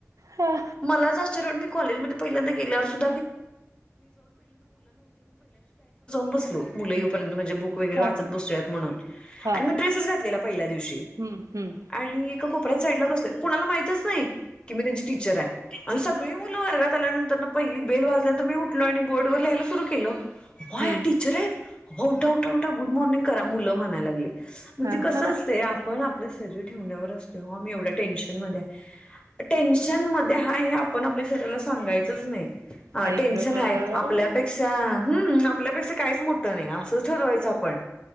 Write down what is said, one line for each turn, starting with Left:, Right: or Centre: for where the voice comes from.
Right: हा
Left: मलाच आश्चर्य वाटतं मी कॉलेजमध्ये <unintelligible> जाऊन बसलो मुलं येऊ पर्यंत म्हणजे बु वैगरे
Right: हा
Left: वाचत बसूयात म्हणून
Right: हा
Left: आणि मग ड्रेसेस घातलेला पहिल्या दिवशी
Right: हम्म हम्म
Left: आणि एका कोपऱ्यात साईडला बसलेलो कोणाला माहितच नाही की मी त्यांची टीचर आहे आणि सगळी मुलं वर्गात आल्यानंतर ना पहिली बेल वाजल्यानंत मी उठलो आणि बोर्डवर लीहायला सुरु केलो अवा
Right: हम्म
Left: हे या टीचर आहेत उठा उठा उठा गुड मॉर्निंग करा मुलं म्हणाय लागले म्हणजे
Right: हा
Left: कसं
Right: हा
Left: असते आपण आपलं शरीर ठेवण्यावर असतो आम्ही एवढ्या टेन्शन मध्ये आहे. टेन्शन मध्ये हाय हे आपण आपल्या शरीराला सांगायचंच नाही. हा
Right: आई
Left: टेन्शन
Right: गं
Left: हाय आपल्यापेक्षा हम्म आपल्यापेक्षा काहीच मोठं नाही असंच ठरवायचं आपण